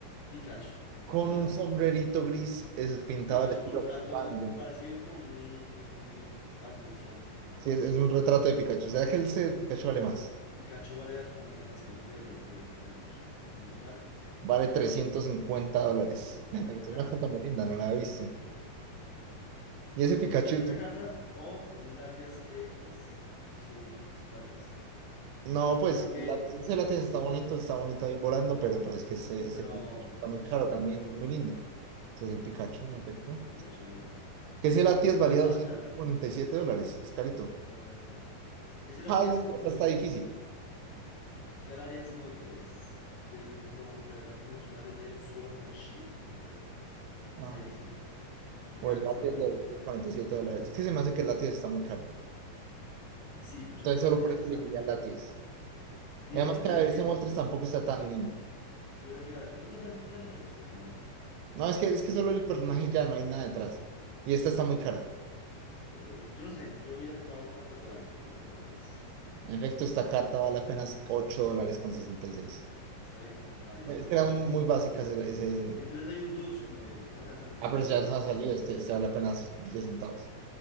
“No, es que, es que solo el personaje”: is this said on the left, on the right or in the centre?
Right